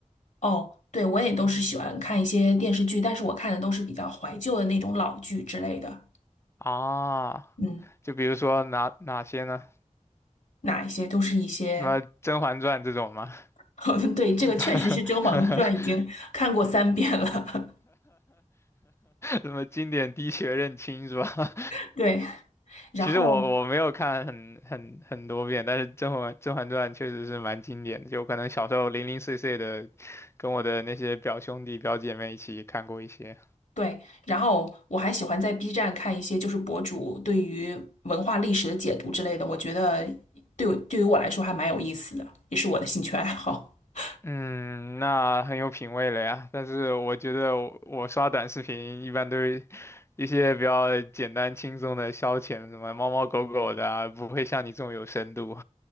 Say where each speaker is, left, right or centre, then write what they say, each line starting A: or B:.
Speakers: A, on the left; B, on the left.
A: 哦，对，我也都是喜欢看一些电视剧，但是我看的都是比较怀旧的那种老剧之类的。
B: 啊，
A: 嗯，
B: 就比如说哪哪些呢？
A: 哪一些都是一些，
B: 什么《甄嬛传》这种吗？
A: <laughs> 好的，对，这个确实是《甄嬛传》已经看过三遍了。
B: <laughs> 什么经典滴血认亲是吧？
A: <laughs> 对，然后。
B: 其实我我没有看很很很多遍，但是《甄嬛甄嬛传》确实是蛮经典的，就可能小时候零零碎碎的，跟我的那些表兄弟表姐妹一起看过一些。
A: 对，然后我还喜欢在 B 站看一些就是博主对于文化历史的解读之类的，我觉得对我对于我来说还蛮有意思的，也是我的兴趣爱好。<laughs>
B: 嗯，那很有品味了呀。但是我觉得我，我刷短视频一般都是一些比较简单轻松的消遣，什么猫猫狗狗的啊，不会像你这种有深度。